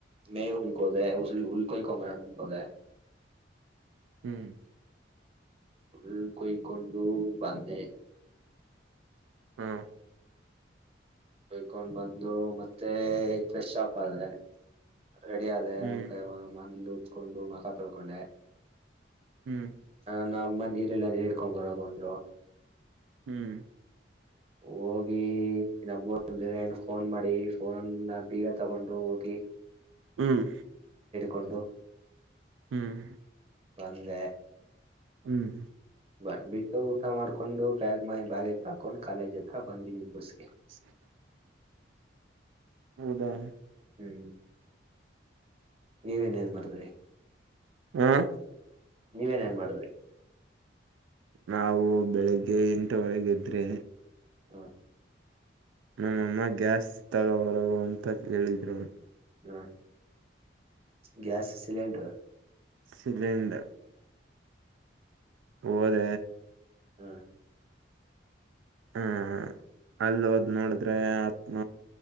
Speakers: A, on the right; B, on the right.
A: ಮೇವು ಉಳ್ಗೋದೆ ಉಲ್ ಉಳ್ಕೊಮ್ಬರಕ ಅಂತ ಹೋದೆ.
B: ಹ್ಮ್
A: ಫುಲ್ ಕುಯ್ಯ್ ಕೊಂಡು ಬಂದೆ.
B: ಹಾ
A: ಕುಯ್ಕೊಂಡು ಬಂದು ಮತ್ತೆ ಫ್ರೆಶ್ ಆಫ್ ಆದೆ ರೆಡಿ ಆದೆ
B: ಹ್ಮ್
A: ಅದಕ್ಕೆ ಬಂದು ಉಂಡು ಮಖ ತೊಳ್ಕೊಂಡೆ
B: ಹ್ಮ್
A: ಹಾ ನಾ ಮನೇಲಿ ನೀರಿಲ್ಲ ನೀರು ಹಿಡಿದುಕೊಂಡುಬೊಗ ಅಂದ್ರು
B: ಹ್ಮ್
A: ಹೋಗಿ ನಮ್ಮೂರಲ್ಲಿ ಫೋನ್ ಮಾಡಿ ಫೋನ್ ಬೀಗ ತಗೊಂಡು ಹೋಗಿ
B: ಹ್ಮ್
A: ಕೊಂಡು
B: ಹ್ಮ್ ಹ್ಮ್
A: ಬಂದೆ.
B: ಹ್ಮ್
A: ಬಂದ್ಬಿಟ್ಟು ಊಟ ಮಾಡ್ಕೊಂಡು ಬ್ಯಾಗ್ ಮೈ ಬ್ಯಾಗ್ ಎತ್ತಾಕೊಂಡು ಕಾಲೇಜ್ ಹತ್ರ ಬಂದಿವಿ ಬಸ್ಗೆ.
B: ಬಸ್ಗೆ ಹೌದಾ
A: ಹ್ಮ್ ನೀವೇನ್ ಏನ್ ಇಲ್ಲಿ ಮಾಡಿದ್ರಿ.
B: ಹ್ಮ
A: ನೀವೇನ ಏನೇನು ಮಾಡಿದ್ರಿ
B: ನಾವು ಬೆಳಿಗ್ಗೆ ಎಂಟು ವರೆಗೆ ಎದ್ರೆ
A: ಹಾ
B: ನಮ್ಮಅಮ್ಮ ಗ್ಯಾಸ್ ತೊಗೊಬರೋಹೋಗ ಅಂತಾ ಹೇಳಿದ್ರು.
A: ಹ್ ಗ್ಯಾಸ್ ಸಿಲೆಂಡರ್
B: ಸಿಲಿಂಡರ್ ಹೋದೆ,
A: ಹಾ-
B: ಆಹ ಅಲ್ಲಿ ಹೋದ್ ನೋಡಿದ್ರೆ ಅತ್ನ